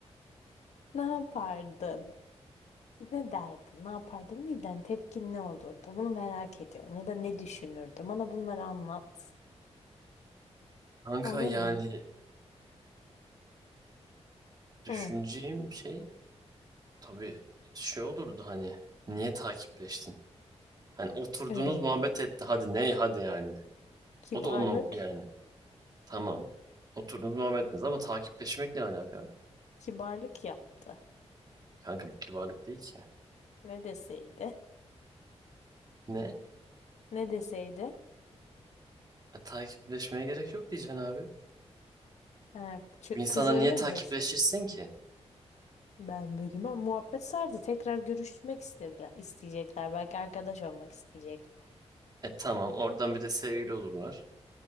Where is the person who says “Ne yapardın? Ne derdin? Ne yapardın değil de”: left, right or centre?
Left